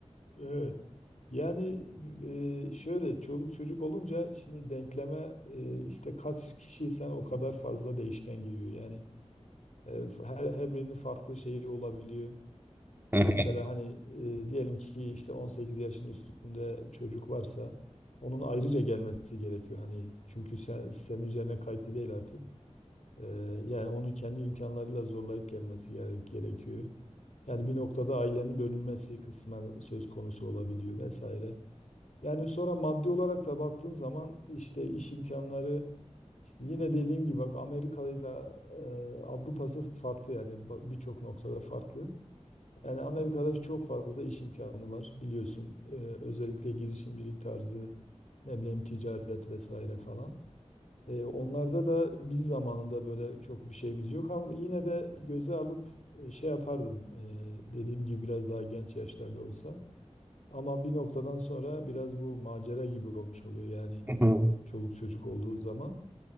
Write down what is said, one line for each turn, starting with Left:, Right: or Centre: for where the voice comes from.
Left: Evet. Yani e, şöyle çoluk çocuk olunca şimdi denkleme e, işte kaç kişiysen o kadar fazla değişken giriyor. Yani e, f- her, her birinin farklı şeyi olabiliyor. Mesela
Right: Evet.
Left: hani e, diyelim ki işte 18 yaşın üstünde çocuk varsa onun ayrıca gelmesi gerekiyor. Hani çünkü sen, senin üzerine kayıtlı değil artık. E, yani onu kendi imkanlarıyla zorlayıp gelmesi gere- gerekiyor. Yani bir noktada ailenin bölünmesi kısmen söz konusu olabiliyor vesaire. Yani sonra maddi olarak da baktığın zaman işte iş imkanları işte yine dediğim gibi bak Amerika ile e, Avrupa'sı farklı yani ba- birçok noktada farklı. Yani Amerika'da çok fazla iş imkanı var biliyorsun. E, özellikle girişimcilik tarzı ne bileyim ticaret vesaire falan. E, onlarda da biz zamanında böyle çok bir şeyimiz yok ama yine de göze alıp e, şey yapardım. E, dediğim gibi biraz daha genç yaşlarda olsa. Ama bir noktadan sonra biraz bu macera gibi olmuş oluyor yani
Right: Hı hı, hı hı.
Left: çoluk çocuk olduğu zaman.